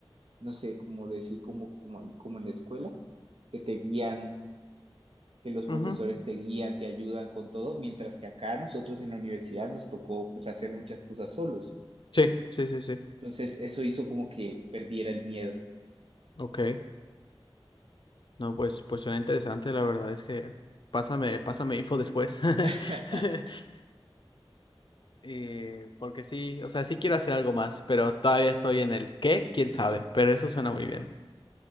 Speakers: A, on the right; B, on the left.
A: no sé, como decir, como, como, en- como en la escuela, que te guían, que los
B: Ujú.
A: profesores te guían, te ayudan con todo, mientras que acá nosotros en la universidad nos tocó pues hacer muchas cosas solos,
B: Sí, sí, sí, sí.
A: entonces eso hizo como que perdiera el miedo.
B: Ok. No, pues, pues suena interesante, la verdad es que pásame, pásame info después.
A: <laughs>
B: <laughs> Eh, porque sí, o sea, sí quiero hacer algo más, pero todavía estoy en el qué, quién sabe, pero eso suena muy bien.